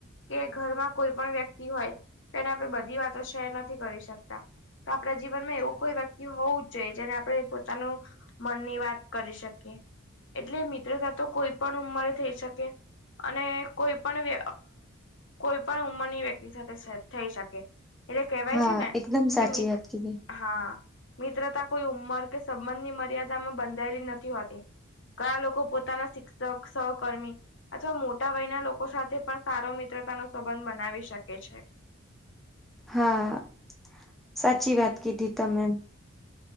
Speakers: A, on the left; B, in the centre.
A: કે ઘરમાં કોઈ. પણ વ્યક્તિ હોય તો એને આપણે બધી વાતો શેર નથી કરી શકતા. તો આપણા જીવનમાં એવું કોઈ વ્યક્તિ હોવું જ જોઈએ જેને આપણે પોતાનું મનની વાત. કરી શકીએ એટલે મિત્રતા તો કોઈ પણ ઉંમરે થઈ શકે. અને કોઈ પણ કોઈ પણ ઉંમર. વ્યક્તિ સાથે થઈ શકે એટલે કેહેવાય
B: હા
A: છે ને
B: એકદમ
A: કે.
B: સાચી વાત કીધી.
A: હા મિત્રતા કોઈ ઉંમર કે સંબંધની મર્યાદામાં બંધાયેલી નથી હોતી. ઘણા લોકો પોતાના શિક્ષક સહકર્મી. અથવા મોટા વયના લોકો સાથે પણ સારો મિત્રતા નો સંબંધ બનાવી શકે છે.
B: હા સાચી વાત કીધી તમે.